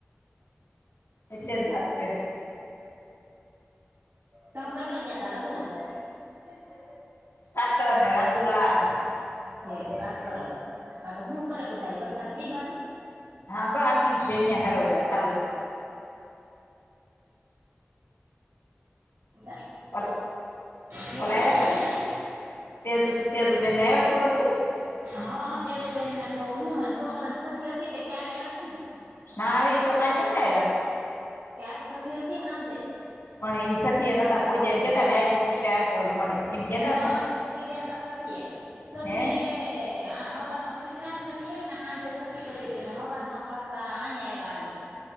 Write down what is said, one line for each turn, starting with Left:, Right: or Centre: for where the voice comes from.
Left: એટલે જ વાત છે. <inaudible>
Right: તમ કઈ બાજ જતા રાજુલા <inaudible>
Left: કાત રાજુલા આને <inaudible>
Right: છે કાતર અ <inaudible> <unintelligible> હા તો શું કરે બધા વરસાદ છે એ બાજુ <inaudible>
Left: હા બ આમની છે હરોવડા ચાલુ
Right: <unintelligible> <inaudible> <unintelligible> <inaudible>
Left: ઓલ
Right: ક્યાં
Left: ઓલા આવ્યા હતા તેજુ તેજુબેન આયા સુરતથી <inaudible> <unintelligible>
Right: હા તેજુ બેનને તો હું છોકરાને છઠ્ઠી હતી ક્યાલ આવ્યા તા ને.
Left: ના રે તો કાલ નતા આવ્યા
Right: કાલ છઠી હતી હાજે <inaudible>
Left: પણ એ સઠી એ નતા પોચ્યા એમ કેતા ડાયરીક વિતર્યા હતા <inaudible> કેતા
Right: ના
Left: હતા
Right: પોગી જતા છઠીએ છઠીએ
Left: હે
Right: <inaudible> હવાર માં ઉતરાણ સટી ને હાજે સટી કરી હતી ને હવાર માં પાછા અહીંયા આવ્યા આજ <inaudible>